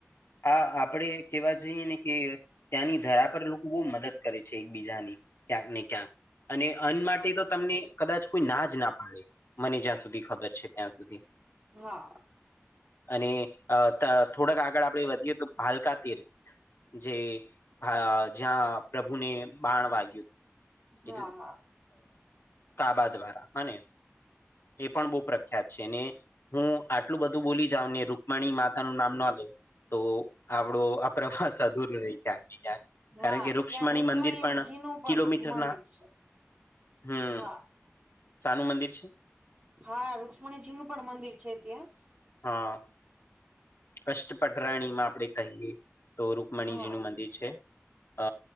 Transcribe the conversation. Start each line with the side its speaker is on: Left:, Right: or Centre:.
Left: હા આપડે કેવા જઈએ ને કે ત્યાંની ધરા પર લોકો બહુ મદદ કરે છે એકબીજાની, ક્યાંક ને ક્યાંક. અને અન્ન માટે તો તમને કદાચ કોઈ ના જ ના પાડે મને જ્યાં સુધી ખબર છે. છે ત્યાં સુધી.
Right: હા.
Left: અને અ થોડાક આગળ આપણેે વધીએ તો ભાલકા તીર. જે, આ જ્યાં પ્રભુને બાણ વાગ્યું. એટલે
Right: હા હા
Left: કાબા દ્વારા, અને એ પણ બહુ પ્રખ્યાત છે ને. હું આટલું બધું બોલી જાઉને રૂકમણી માતા નું નામ ના જાય. તો આપડો આ પ્ર્રવાસ અધૂર રહી જ્યાં. કારણ
Right: હા
Left: કે રુક્ષ્મણી
Right: ત્યાં રુકમણીજી
Left: મંદિર પણ
Right: નું પણ
Left: કિલોમીટરના
Right: મંદિર છે
Left: હમ.
Right: હા
Left: શનું મંદિર છે.
Right: હા રુક્ષ્મણીજી નું પણ મંદિર છે ત્યાં.
Left: હા. કષ્ટપટરાણી માં આપડે કહીએ તો રૂકમણીજી
Right: હા
Left: નું મંદિર છે. અ